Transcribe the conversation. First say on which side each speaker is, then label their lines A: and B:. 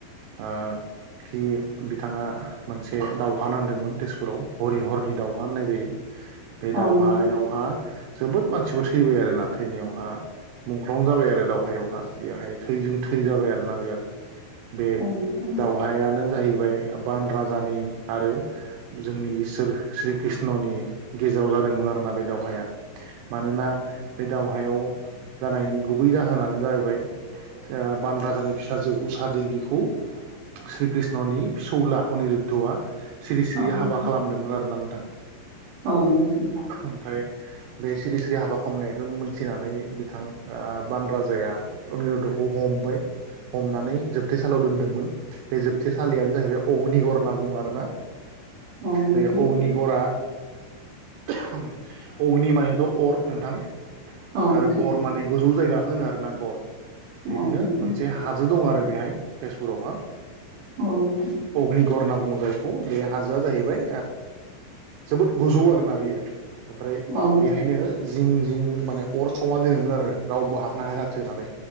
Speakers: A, on the right; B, on the right.
A: ओ बे बिथाङा मोनसे दावहा नांदोंमोन तेजपुराव हरि हरनि दावहा होननाय जायो बे
B: औ नोंथां औ
A: दावहायावहा
B: नोंथां
A: जोबोद मानसिबो थैबाय आरोना थैनायावहा मुंख्लं जाबाय आरो दावहायाव हा बेहाय थैजों थै जाबाय आरोना बिराद बे
B: औ नोंथां
A: दावहायानो जाहैबाय बान राजानि आरो जोंनि इसोर श्री कृष्णनि गेजेराव जादोंमोन आरोना बे दावहाया मानोना बे दावहायाव जानायनि गुबै जाहोनानो जाहैबाय बान राजानि फिसाजो उषा देबिखौ श्री कृष्णनि फिसौला अनिरुद्धआ सिरि
B: औ
A: सिरि
B: नोंथां
A: हाबा खालामदोंमोन आरोना नोंथां
B: औ नोंथां
A: ओमफ्राय बे सिरि सिरि हाबा खालामनायखौनो मोनथिनानै बिथां बान राजाया अनिरुघ हमबाय हमनानै जोबथेसालियाव दोनदोंमोन बे जोबथेसालियानो जाहैबाय अग्निगर होनना बुङो आरोना
B: औ नोंथां
A: बे अगनि गरा अग्नि मानिथ' अर नोंथां
B: औ नोंथां
A: आरो गर माने गोजौ जायगाखौ होनो आरोना गर बिदिनो
B: औ नोंथां
A: मोनसे हाजो दं आरो बेहाय तेजपुरावहा
B: औ नोंथां
A: ओ अग्निगर होनना बुङो जायखौ बे हाजोआ जाहैबाय जोबोद गोजौ आरोना बियो ओमफ्राय
B: औ
A: बेहायनो जिं जिं माने अर सावना दोनोमोन आरो रावबो हाबनो हाया जाथों होननानै